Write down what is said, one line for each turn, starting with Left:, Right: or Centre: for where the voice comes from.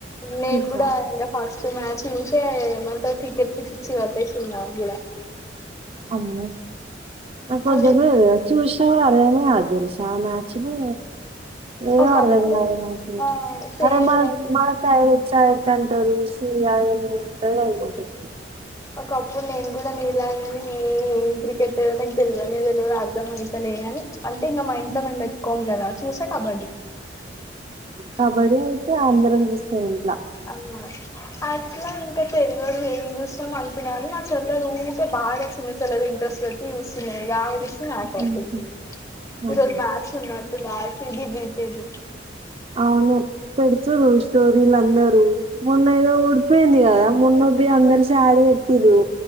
Left: నేను
Right: చూసినా
Left: కూడా ఇంకా ఫస్ట్ మ్యాచ్ చూసా ఏం అంటారు కీ క్రికెట్ పిచ్చి పట్టేసింది నాకు కూడా
Right: అవును ఇంకా
Left: అది
Right: గింది <unintelligible> చూసి చూడాలి <unintelligible> తెలుసా మ్యాచ్ లు ఏం
Left: ఒకప్పుడు
Right: అర్ధం కాదు మనకు <unintelligible>
Left: ఆ సేమ్ నేను కూడా
Right: మన తయచ్చ జంట రూసి అ ఉంటది కదా ఇంకొకటి
Left: ఒకప్పుడు నేను కూడా నీలాగానే ఏం క్రికెట్ నాకు తెలవనే తెలియదు అర్థం అవుతనే అని అంటే ఇంకా మా ఇంట్లో మేము పెట్టుకోం కదా చూస్తే కబడ్డీ
Right: కబడ్డీ అయితే అందరం చూస్తాం ఇంట్ల
Left: ఆ అట్లా ఇంకా తెలువదు లే ఏం చూసాం అనుకున్నగాని నా చెల్లలు ఊకే బాగా చిన్నచేల్లలు ఇంట్రెస్ట్ పెట్టి చూస్తున్నది గామే పిచ్చి నాకు వట్టింది
Right: ఉహు,
Left: ఈ
Right: ఉహు.
Left: రోజు మ్యాచ్ ఉన్నడ్ ఇప్పుడు లాస్ట్ ఇది గిఫ్ట్ ఇది
Right: అవును పొదుప్ చూవు స్టోరీలు అందరు మొన్న ఏదో ఓడిపోయింది కదా మొన్నటిది అందరు శారీ వెట్టిర్రు.